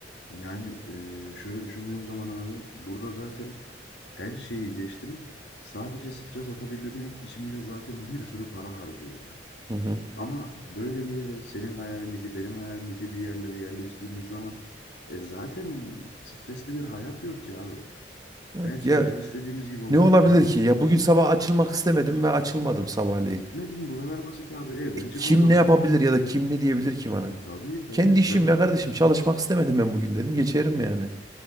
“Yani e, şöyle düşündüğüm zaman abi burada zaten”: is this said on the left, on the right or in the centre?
Left